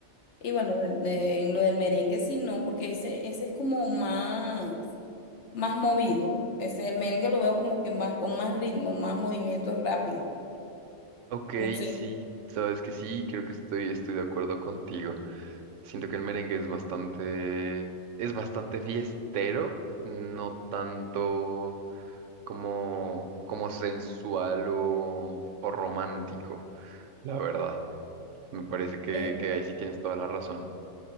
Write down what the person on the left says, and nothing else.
Y bueno, de- de- en lo del merengue sí, no, porque ese, ese es como más. más movido. Ese, el merengue lo veo como que más, con más ritmo, más movimiento rápido.
No sé,
es,